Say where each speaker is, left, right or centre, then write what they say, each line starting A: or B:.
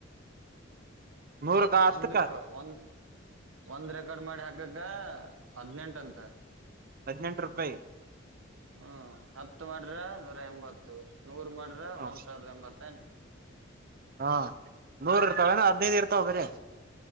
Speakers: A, on the right; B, on the right.
A: ನೂರಕ ಹತ್ತಕ್ಕ
B: ಒಂದಕ್ಕ ಒಂದ ಒಂದ್ರ ಕಡ ಮಾಡಿ ಹಾಕಕ್ಕ ಹದನೆಂಟ ಅಂತ
A: ಹದಿನೆಂಟು ರೂಪಾಯಿ
B: ಹ್ಮ್ ಹತ ಮಾಡ್ರ ನೂರ ಎಂಬತ್ತು ನೂರ ಮಾಡ್ರ
A: ಹ
B: ಒಂದ್ ಸಾವಿರದ ಎಂಬತ್ತು ಂ <inaudible>
A: ಹಾ ನೂರ ಇರ್ತಾವಏನ ಹದ್ನೈದು ಇರ್ತಾವ ಬ್ರಿ